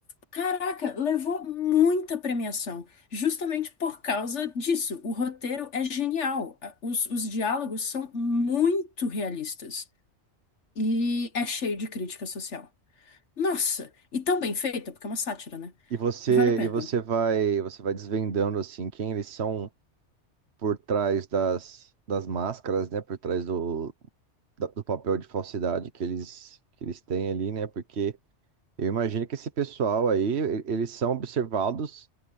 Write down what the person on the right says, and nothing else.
E você,
e você vai, você vai desvendando assim quem eles são por trás das, das máscaras, né, por trás do, da- do papel de falsidade que eles que eles têm ali, né? Porque eu imagino que esse pessoal aí, e- eles são observados